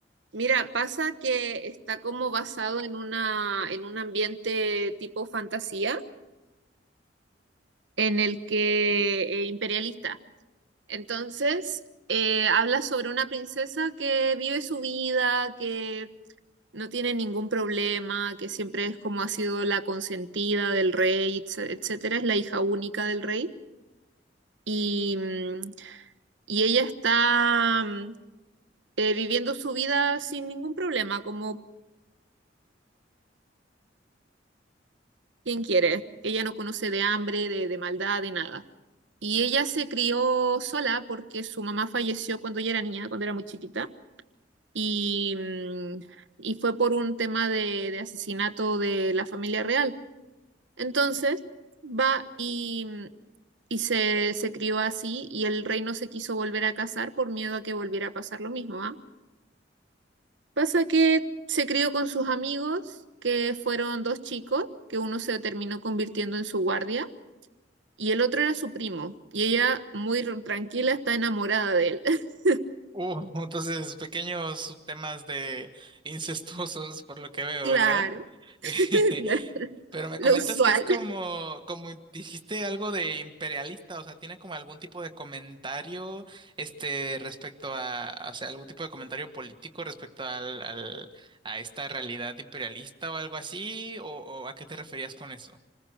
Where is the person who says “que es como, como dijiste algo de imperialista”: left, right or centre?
Right